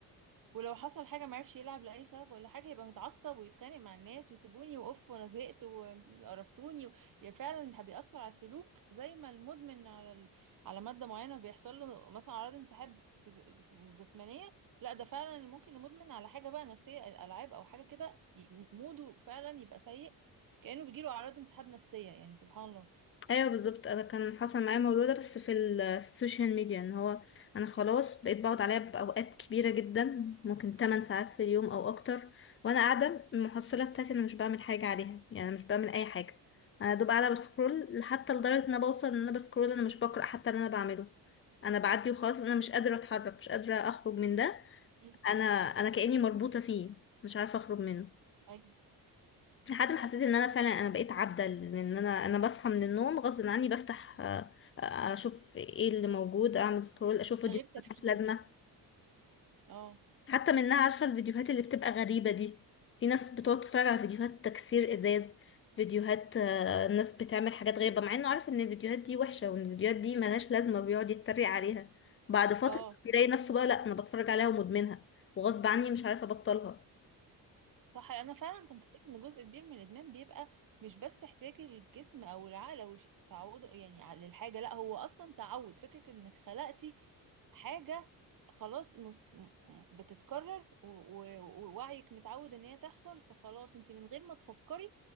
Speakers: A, on the right (about 55°); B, on the left (about 30°).
A: ولو حصل حاجة معرفش يلعب لأي سبب ولا حاجة يبقى متعصب ويتخانق مع الناس وسيبوني وأوف وأنا زهقت وقرفتوني و... يعني فعلا بيأثر على السلوك زي ما المدمن على ال... على مادة معينة بيحصل له مثلا أعراض انسحاب فيز- جسمانية لا ده فعلا ممكن المدمن على حاجة بقى نفسية ألعاب أو حاجة كده ي- موده فعلا يبقى سيء كأنه بيجيله أعراض انسحاب نفسية يعني سبحان الله
B: ايوه بالظبط انا كان حصل معايا الموضوع ده بس في, ال- في السوشيال ميديا ان هو انا خلاص بقيت بقعد عليها باوقات كبيره جدا ممكن 8 ساعات في اليوم او اكتر وانا قاعده المحصله بتاعتي انا مش بعمل حاجه عليها يعني انا مش بعمل اي حاجه انا دوب قاعده بسكرول حتى لدرجه ان انا بوصل ان انا بسكرول انا مش بقرا حتى اللي انا بعمله انا بعدي وخلاص انا مش قادره اتحرك مش قادره اخرج من ده
A: مم.
B: انا انا كاني مربوطه فيه مش عارفه اخرج منه
A: أيوة
B: لحد ما حسيت ان انا فعلا انا بقيت عبدة لان انا انا بصحى من النوم غصب عني بفتح آه، آه، اشوف ايه اللي موجود اعمل سكرول اشوف فيديوهات
A: من غير تفكير
B: ملهاش لازمة
A: اه
B: حتى منها عارفة الفيديوهات اللي بتبقى غريبة دي في ناس بتقعد تتفرج على فيديوهات تكسير ازاز فيديوهات آه، ناس بتعمل حاجات غريبة مع انه عارف ان الفيديوهات دي وحشة وان الفيديوهات دي ملهاش لازمة وبيقعد يتريق عليها بعد فترة
A: اه
B: يلاقي نفسه بقى لا انا بتفرج عليها ومدمنها وغصب عني مش عارفة ابطلها
A: صح انا فعلا كنت قريت ان جزء كبير من الادمان بيبقى مش بس احتياج الجسم او العقل او ش- تعوده يعني على- للحاجه لا هو اصلا تعود فكره انك خلقتي حاجه خلاص مست... م- م- بتتكرر و- و- ووعيك متعود ان هي تحصل فخلاص انت من غير ما تفكري